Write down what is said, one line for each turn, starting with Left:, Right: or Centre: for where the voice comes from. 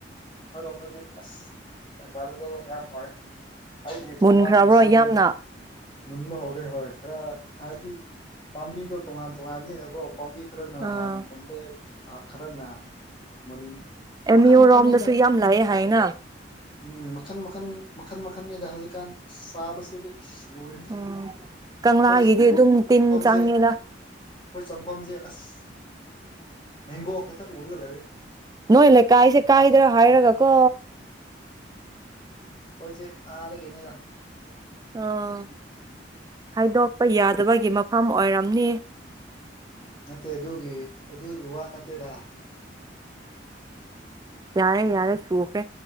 Left: ꯑꯩꯈꯣꯏꯔꯣꯝꯗꯗꯤ ꯑꯁ ꯑꯦꯚꯥꯏꯂꯦꯕꯜ ꯌꯥꯝ ꯑꯣꯏꯔꯦ ꯑꯩꯒꯤ ꯊꯣꯡꯒꯥꯡ
Right: ꯃꯨꯟꯈ꯭ꯔꯕ꯭ꯔꯣ
Left: ꯆꯪ
Right: ꯌꯥꯝꯅ
Left: ꯃꯨꯟꯕ ꯍꯧꯔꯦ ꯍꯣꯏ ꯈꯔ ꯍꯥꯏꯕꯗꯤ ꯄꯥꯝꯕꯤꯗꯣ ꯇꯣꯉꯥꯟ ꯇꯣꯉꯥꯟꯕꯅꯤꯅꯀꯣ ꯄꯥꯝꯕꯤ ꯈꯔꯅ
Right: ꯑꯥ
Left: ꯍꯥꯟꯅ ꯃꯨꯟꯂꯦ ꯈꯔꯅ ꯃꯨꯟ
Right: ꯑꯦꯝꯌꯨ
Left: ꯃꯈꯟ ꯃꯈꯟꯅꯤꯗ
Right: ꯔꯣꯝꯗꯁꯨ ꯌꯥꯝ ꯂꯥꯛꯑꯦ ꯍꯥꯏꯌꯦꯅ
Left: ꯎꯝ ꯃꯈꯜ ꯃꯈꯜ ꯃꯈꯟ ꯃꯈꯟꯅꯤꯗ ꯍꯧꯖꯤꯛꯀꯥꯟ ꯆꯥꯕꯁꯤꯗꯤ ꯂꯣꯏꯔꯦ ꯑꯩꯈꯣꯏ
Right: ꯎꯝ ꯀꯪꯂꯥꯒꯤꯗꯤ ꯑꯗꯨꯝ
Left: ꯃꯐꯝꯁꯦ
Right: ꯇꯤꯟ ꯆꯪꯉꯦꯗ
Left: ꯑꯩꯈꯣꯏ ꯆꯪꯐꯝꯁꯦ ꯑꯁ ꯃꯦꯡꯒꯣ ꯈꯛꯇ ꯎꯔꯒ ꯂꯩꯔꯦ
Right: ꯅꯣꯏ ꯂꯩꯀꯥꯏꯁꯦ ꯀꯥꯏꯗ꯭ꯔꯥ ꯍꯥꯏꯔꯒ ꯀꯣ
Left: ꯈꯣꯏꯁꯦ ꯑꯥꯗꯒꯤꯗ
Right: ꯑꯣ ꯍꯥꯏꯗꯣꯛꯄ ꯌꯥꯗꯕꯒꯤ ꯃꯐꯝ ꯑꯣꯏꯔꯝꯅꯤ
Left: ꯅꯠꯇꯦ ꯑꯗꯨꯒꯤ ꯑꯗꯨꯒꯤ ꯋꯥ ꯅꯠꯇꯦꯗ
Right: ꯌꯥꯔꯦ ꯌꯥꯔꯦ ꯁꯨꯈꯔꯦ